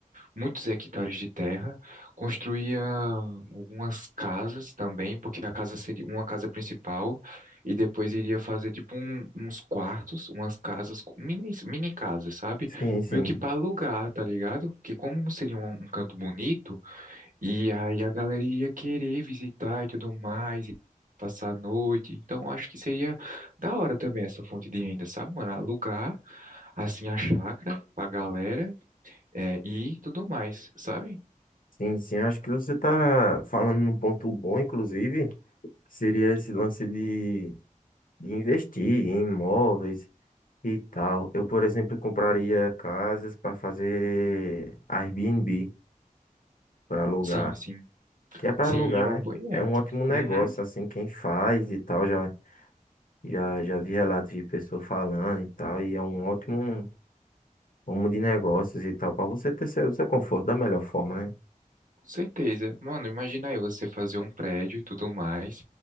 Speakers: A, on the right; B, on the left.
A: muitos hectares de terra, construía algumas casas também, porque a casa seria uma casa principal, e depois iria fazer tipo um- uns quartos, umas casas, com- mini, mini casas, sabe?
B: Sim, sim.
A: Meio que para alugar, tá ligado? Que como seria um, um canto bonito, e aí a galera ia querer visitar e tudo mais. e Passar a noite, então acho que seria da hora também essa fonte de renda, sabe, mano? Alugar assim a chácara pra galera é, e tudo mais, sabe?
B: Sim, sim. Acho que você está falando num ponto bom, inclusive, que seria esse lance de, de investir em imóveis e tal. Eu, por exemplo, compraria casas para fazer Airbnb, para alugar.
A: Sim, sim.
B: Que é para
A: Sim,
B: alugar,
A: é uma
B: né?
A: boa ideia.
B: É um ótimo negócio,
A: Uhum,
B: assim, quem faz e tal, já, já, já vi relatos de pessoa falando e tal, e é um ótimo rumo de negócios e tal, para você ter seu, seu conforto da melhor forma, né?
A: com certeza. Mano, imagina aí você fazer um prédio e tudo mais